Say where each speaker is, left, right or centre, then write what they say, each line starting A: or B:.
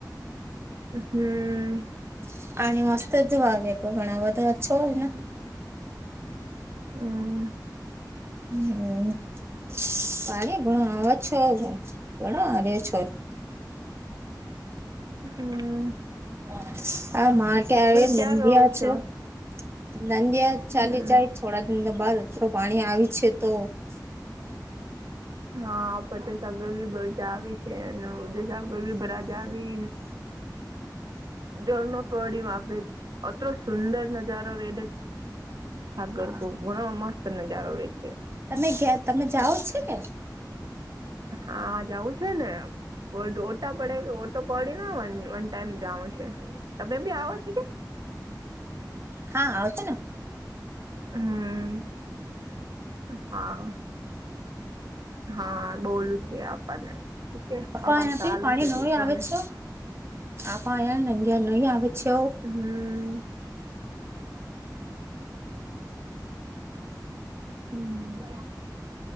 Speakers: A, on the right; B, on the right.
A: હમ્મ.
B: <unintelligible>
A: <unintelligible> હમ.
B: <unintelligible>
A: હમ્મ.
B: <unintelligible>
A: ક્યાં રહો છો
B: <unintelligible>
A: હમ. <unintelligible> <unintelligible> ઘરની બધી વાતો. સુંદર નજારો દેખાયા
B: હા
A: કરતો, ધણો સુંદર નજારો હતો.
B: તમે તમે જાઓ છે કે
A: હા, જાવું છે ને. કો ઓટા પડે, ઓટો પડીને વન ટાઈમ જાવો છે, તમે બી આવો છો કે.
B: હા, આવ છે નને.
A: હમ્મ, હા. હા, બોલું છે આપણને. ઠીક હે
B: હા,
A: આપ
B: અહી
A: ચાલ
B: પાણી
A: છે
B: નહીં
A: દેખવાને
B: આવે છે. આવું પાણી નહીં આવે છે.
A: હમ હમ્મ.